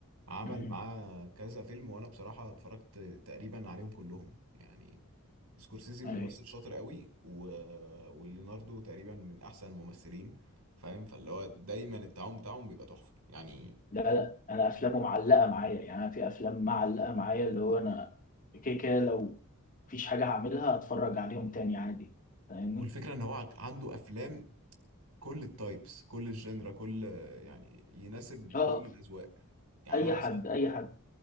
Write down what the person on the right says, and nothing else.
عمل
معاه كذا فيلم وانا بصراحه اتفرجت تقريبا عليهم كلهم يعني سكورسيزي ممثل
شاطر قوي و... وليوناردو تقريبا من احسن الممثلين فاهم فاللي هو دايما التعاون بتاعهم بيبقى تحفه يعني
والفكرة ان هو عنده افلام كل التايبس كل الجنرا كل يعني يناسب
كل الاذواق يعني
انا مثلا